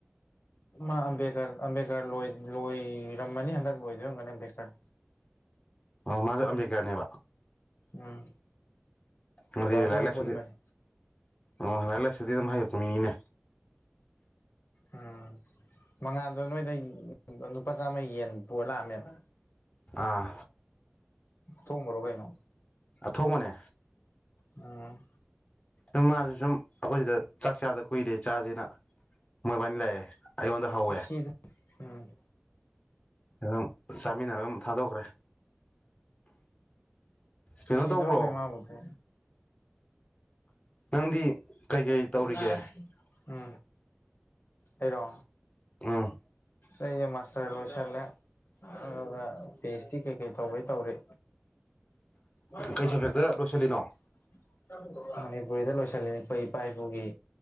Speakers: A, on the left; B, on the left.
A: ꯃꯥ ꯑꯝꯕꯦꯗꯀꯔ ꯑꯝꯕꯦꯗꯀꯔ ꯂꯣꯏꯔꯝꯃꯅꯤ ꯍꯟꯗꯛ ꯂꯣꯏꯗꯣꯏꯔꯝꯒꯅꯤ ꯑꯝꯕꯦꯗꯀꯔ
B: ꯑꯣ ꯃꯥꯁꯨ ꯑꯝꯕꯦꯗꯀꯔꯅꯦꯕ
A: ꯎꯝ
B: ꯑꯗꯨꯗꯤ
A: ꯔꯤꯋꯥꯜꯗꯣ
B: ꯂꯥꯏꯔꯤꯛ
A: ꯍꯣꯢ
B: ꯂꯥꯏꯁꯨꯗꯤ
A: ꯄꯨꯟꯕꯅꯤ
B: ꯑꯣ ꯂꯥꯏꯔꯤꯛ ꯂꯥꯏꯁꯨꯗꯤ ꯑꯗꯨꯝ ꯍꯥꯏꯛꯄꯅꯤꯅꯦ
A: ꯎꯝ ꯃꯉꯥꯗꯣ ꯅꯣꯏꯗ ꯂꯨꯄꯥ ꯆꯥꯝꯃ ꯌꯦꯟ ꯄꯨ ꯂꯥꯛꯑꯝꯃꯦꯕ
B: ꯑꯥ
A: ꯊꯣꯡꯃꯔꯣ ꯀꯩꯅꯣ
B: ꯑꯊꯣꯡꯕꯅꯦ
A: ꯎꯝ
B: ꯁꯨꯝ ꯃꯥꯁꯨ ꯁꯨꯝ ꯑꯩꯈꯣꯏꯁꯤꯗ ꯆꯥꯛ ꯆꯥꯗ ꯀꯨꯏꯔꯦ ꯆꯥꯁꯤꯅ ꯃꯣꯏꯕꯥꯏꯅꯤ ꯂꯥꯛꯑꯦ ꯑꯩꯉꯣꯟꯗ ꯍꯧꯋꯦ
A: ꯁꯤꯗ ꯎꯝ
B: ꯑꯗꯨꯝ ꯆꯥꯃꯤꯟꯅꯔꯒ ꯑꯗꯨꯝ ꯊꯥꯗꯣꯛꯈ꯭ꯔꯦ ꯀꯩꯅꯣ
A: ꯁꯤꯔꯣꯡ
B: ꯇꯧꯕ꯭ꯔꯣ
A: ꯑꯦ ꯃꯥꯕꯨꯊꯦ
B: ꯅꯪꯗꯤ ꯀꯩꯀꯩ ꯇꯧꯔꯤꯒꯦ
A: ꯂꯥꯏ ꯎꯝ ꯑꯩꯔꯣ
B: ꯎꯝ
A: ꯁ ꯃꯥꯁꯇꯔ ꯂꯣꯏꯁꯜꯂꯦ ꯑꯗꯨꯒ ꯄꯤ ꯑꯩꯁ ꯗꯤ ꯀꯩꯀꯩ ꯇꯧꯕꯩ ꯇꯧꯔꯤ <unintelligible>
B: ꯀꯩ ꯁꯕꯖꯦꯛꯇ ꯂꯣꯏꯁꯤꯜꯂꯤꯅꯣ
A: ꯃꯅꯤꯄꯨꯔꯤꯗ ꯂꯣꯏꯁꯤꯜꯂꯤꯅꯤ ꯑꯩꯈꯣꯏ ꯏꯄꯥ ꯏꯄꯨꯒꯤ